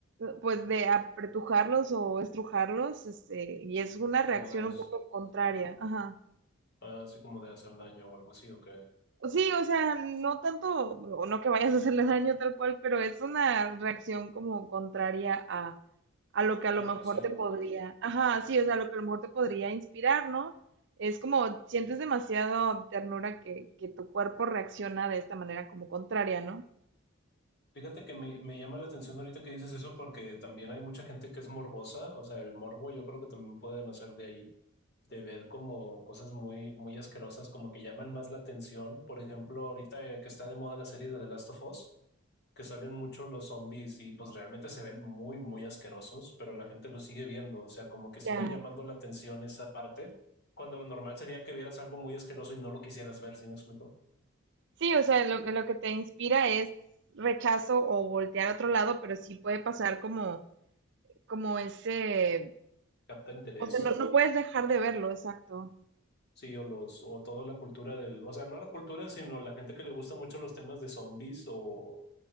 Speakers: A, on the right (about 60°); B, on the left (about 55°).
A: pues de apretujarlos o estrujarlos, este, y es una reacción
B: como de,
A: un
B: as-
A: poco contraria. Ajá.
B: ah, así como de hacer daño o algo así, o que
A: Sí, o sea, no tanto, o no que vayas a hacerle daño tal cual, pero es una reacción como contraria a lo que a
B: acariciarlo,
A: lo mejor te podría,
B: que...
A: ajá, sí, o sea, lo que a lo mejor te podría inspirar, ¿no? Es como sientes demasiado ternura que, que tu cuerpo reacciona de esta manera como contraria, ¿no?
B: Fíjate que me, me llama la atención ahorita que dices eso porque también hay mucha gente que es morbosa, o sea, el morbo yo creo que también puede nacer de ahí, de ver como cosas muy, muy asquerosas, como que llaman más la atención. Por ejemplo, ahorita eh, que está de moda la serie de The Last of Us, que salen mucho los zombies y pues realmente se ven muy, muy asquerosos, pero la gente lo sigue viendo, o sea, como que sigue
A: Ya.
B: llamando la atención esa parte, cuando lo normal sería que vieras algo muy asqueroso y no lo quisieras ver, ¿sí me explico?
A: Sí, o sea, lo, que- lo que te inspira es rechazo o voltear a otro lado, pero sí puede pasar como, como ese,
B: Capta interés.
A: o sea, no, no puedes dejar de verlo, exacto.
B: Sí, o los, o toda la cultura del, o sea, no la cultura, sino la gente que le gusta mucho los temas de zombies o,